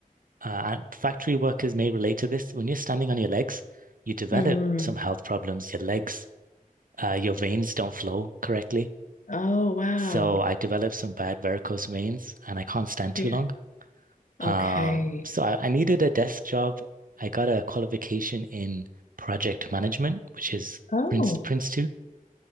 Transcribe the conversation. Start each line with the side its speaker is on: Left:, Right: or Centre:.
Right: uh, and factory workers may relate to this. When you're standing on your legs, you develop
Left: Mhm.
Right: some health problems. Your legs, uh, your veins don't flow correctly.
Left: Oh, wow.
Right: So I developed some bad varicose veins and I can't stand too
Left: Yeah.
Right: long. Um,
Left: Okay.
Right: so I, I needed a desk job. I got a qualification in project management, which is
Left: Oh.
Right: Prince Prince 2.